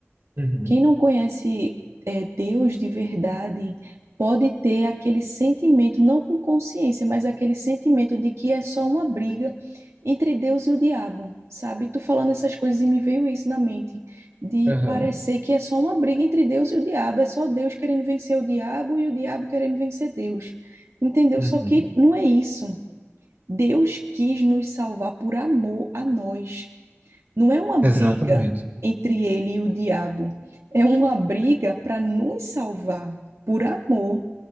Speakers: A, on the right; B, on the right.
A: Uhum.
B: Quem não conhece é, Deus de verdade pode ter aquele sentimento, não com consciência, mas aquele sentimento de que é só uma briga entre Deus e o diabo, sabe? Tu falando essas coisas e me veio isso na mente, de
A: Aham.
B: parecer que é só uma briga entre Deus e o diabo, é só Deus querendo vencer o diabo e o diabo querendo vencer Deus, entendeu?
A: Uhum.
B: Só que não é isso. Deus quis nos salvar por amor a nós. Não é uma briga
A: Exatamente.
B: entre ele e o diabo, é uma briga para nos salvar, por amor.